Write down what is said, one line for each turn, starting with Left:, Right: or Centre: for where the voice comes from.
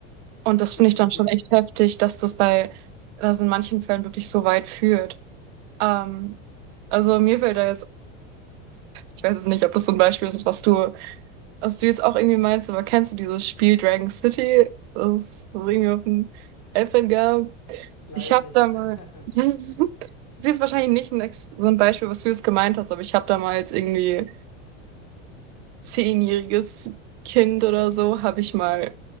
Right: Und das
Left: definitiv.
Right: finde ich dann schon echt heftig, dass das bei, dass in manchen Fällen wirklich so weit führt. Ähm, also mir fällt da jetzt, ich weiß jetzt nicht, ob das so ein Beispiel ist, was du was du jetzt auch irgendwie meinst, aber kennst du dieses Spiel Dragon City, das es irgendwie auf dem iPad gab?
Left: Leider
Right: Ich habe
Left: nicht.
Right: da mal,
Left: <laughs>
Right: <laughs> das ist wahrscheinlich nicht ein, Ex- so ein Beispiel, was du jetzt gemeint hast, aber ich habe damals irgendwie zehnjähriges Kind oder so, habe ich mal